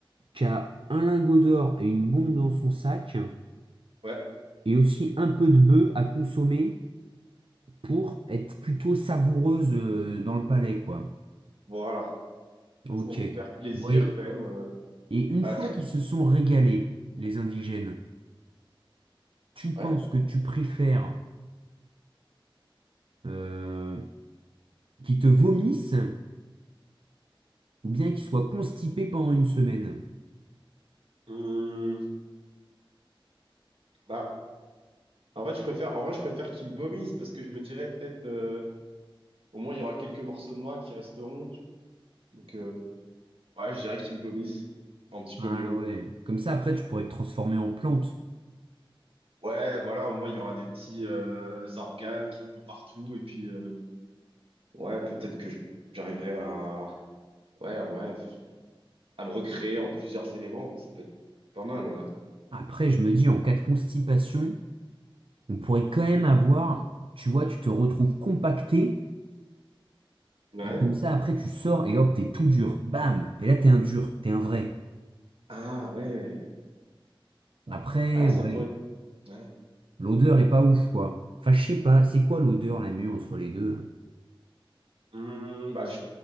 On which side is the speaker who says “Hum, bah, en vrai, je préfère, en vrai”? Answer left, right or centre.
Right